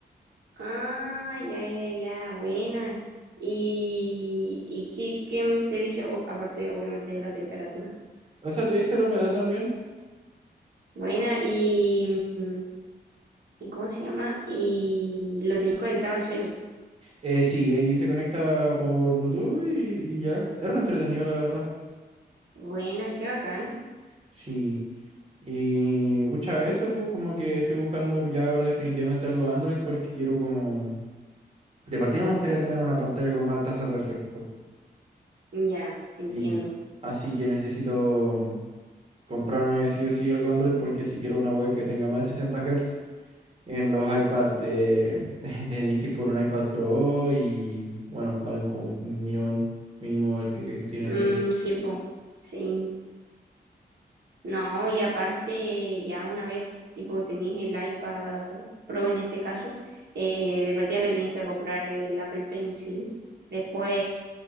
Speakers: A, on the right (about 75°); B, on the right (about 35°).
A: Ah, ya, ya, ya, buena. ¿Y, y qué, qué te dice o- aparte obviamente de la temperatura?
B: O sea, te dice la humedad también.
A: Buena, y, mm, ¿y cómo se llama? Y lo tenés conectado al celu.
B: Eh, sí, ahí se conecta por Bluetooth y, y ya. Es re entretenido, la verdad.
A: Buena, qué bacán.
B: Sí. Y pucha, eso, pues como que estoy buscando ya ahora definitivamente algo Android porque quiero como... De partida me gustaría tener una pantalla con más tasa de refresco.
A: Ya, entiendo.
B: Y así que necesito comprarme sí o sí algo Android porque si quiero una web que tenga más de 60 Hz. en los iPads de, <laughs> tenéis que ir por un iPad Pro y bueno, valen como un millón mínimo el que tiene
A: Mm,
B: eso.
A: sí, po, sí. No, y aparte, ya una vez, tipo, tenéis el iPad Pro en este caso, eh, de partida le tenéis que comprar el Apple Pencil, después,